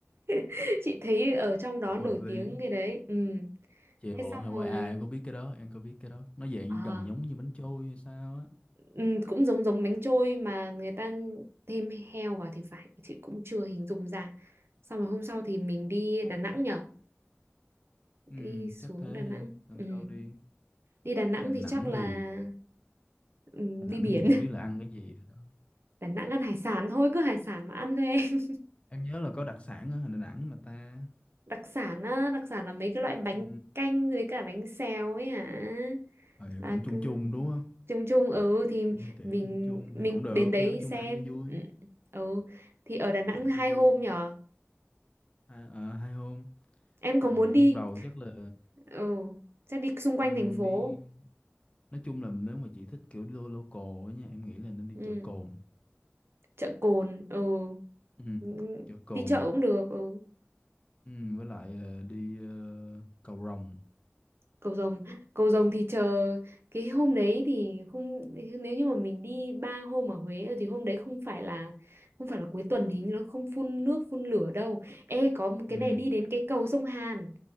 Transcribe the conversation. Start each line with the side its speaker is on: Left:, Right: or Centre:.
Right: <laughs> chị thấy ở trong đó
Left: cũng
Right: nổi
Left: hợp lý.
Right: tiếng cái đấy ừ
Left: Chè
Right: thế
Left: bột
Right: xong
Left: lọc Hawaii
Right: rồi
Left: à em có biết cái đó, em có biết cái đó. Nó dạng
Right: À,
Left: gần giống như bánh trôi hay sao á.
Right: ừ, cũng giống giống bánh trôi mà người ta thêm heo vào thì phải chị cũng chưa hình dung ra xong rồi hôm sau thì mình đi Đà Nẵng nhở
Left: Ừ,
Right: đi xuống
Left: chắc thế
Right: Đà Nẵng
Left: đi, làm
Right: ừ.
Left: Ừ. sao đi.
Right: đi Đà Nẵng
Left: Đà Nẵng
Right: thì chắc là
Left: thì
Right: ừ,
Left: Đà Nẵng
Right: đi biển
Left: thì chưa biết là ăn cái gì rồi đó.
Right: <laughs> Đà Nẵng ăn hải sản thôi cứ hải sản mà ăn thôi em <laughs>
Left: Em nhớ là có đặc sản ở Đà Nẵng mà ta.
Right: đặc sản á đặc sản là mấy cái loại bánh
Left: Ừ.
Right: canh với cả bánh xèo ấy hả
Left: Ờ, vậy
Right: là
Left: cũng chung
Right: cứ...
Left: chung đúng không?
Right: chung chung ừ thì
Left: Cũng hơi kiểu
Right: mình
Left: chung chung
Right: mình
Left: thì cũng được,
Right: đến đấy
Left: nói chung
Right: xem
Left: là ăn cho vui,
Right: ừ. ừ ừ. thì ở Đà Nẵng
Left: ăn
Right: hai
Left: cho
Right: hôm
Left: vui.
Right: nhở
Left: Hai, à, hai hôm
Right: em
Left: thì
Right: có muốn đi
Left: hôm đầu chắc là
Right: ừ chắc đi xung quanh
Left: ừ,
Right: thành phố
Left: đi nói chung là nếu mà chị thích kiểu lo local á nha, em nghĩ là nên đi
Right: ừ.
Left: chợ Cồn
Right: chợ Cồn ừ.
Left: ừ.
Right: Ừ,
Left: chợ cồn
Right: đi chợ cũng được ừ.
Left: ừ. với lại ờ, đi ờ, cầu Rồng
Right: cầu rồng cầu rồng thì chờ cái hôm đấy thì không nếu như mà mình đi ba hôm ở Huế thì hôm đấy không phải là không phải là cuối tuần thì nó không phun nước phun lửa đâu ê có một cái
Left: ừ.
Right: này đi đến cái cầu sông Hàn